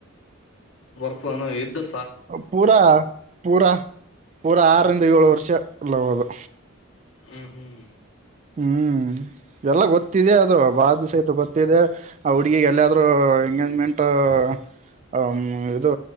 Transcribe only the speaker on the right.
ಪೂರ ಪೂರ ಪೂರ ಆರ್ ಆರ್ ಏಳು ವರ್ಷ ಲವ್ ಅದು
ಹ್ಮ್ ಎಲ್ಲ ಗೊತ್ತಿದೆ ಅದು ಬಾಾಜ ಸಹಿತ ಗೊತ್ತಿದೆ ಆ ಹುಡ್ಗಿಿಗೆ ಎಲ್ಲಾದ್ೂ ಹಂಗ ಮಟ್ ಅ ಇದು